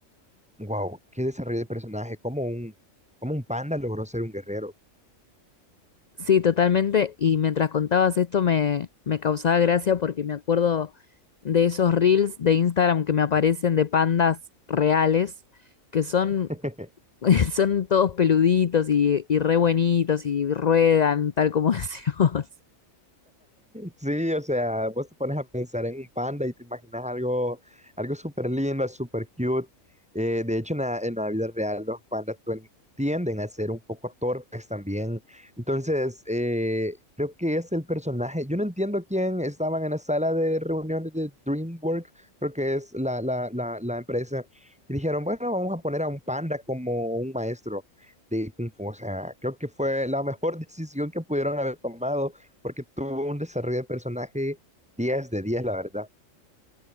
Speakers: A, in the centre; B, on the left.
A: wow, qué desarrollo de personaje, como un, como un panda logró ser un guerrero.
B: Sí, totalmente. Y mientras contabas esto me, me causaba gracia porque me acuerdo de esos reels de Instagram que me aparecen de pandas reales, que son,
A: <laughs>
B: <laughs> son todos peluditos y, y re buenitos y ruedan, tal como <laughs> decís vos.
A: Sí, o sea, vos te pones a pensar en un panda y te imaginas algo, algo súper lindo, súper cute. Eh, de hecho, en la, en la vida real los pandas tuen- tienden a ser un poco torpes también. Entonces, eh, creo que es el personaje. Yo no entiendo quién estaban en la sala de reuniones de DreamWorks, creo que es la, la, la, la empresa, y dijeron, bueno, vamos a poner a un panda como un maestro de Kung Fu. O sea, creo que fue la mejor <laughs> decisión que pudieron haber tomado porque tuvo un desarrollo de personaje 10 de 10, la verdad.